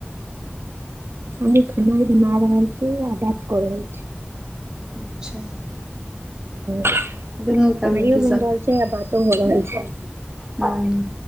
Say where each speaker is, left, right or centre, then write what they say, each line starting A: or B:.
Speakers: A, on the right; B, on the right.
A: हमी खनाय बना रहल छी, आ बात क रहल छी
B: अच्छा।
A: ह
B: दुनू
A: खेनाइयो
B: काम मे की
A: बनि रहल छै, आ बातो हो रहल छै
B: हँ।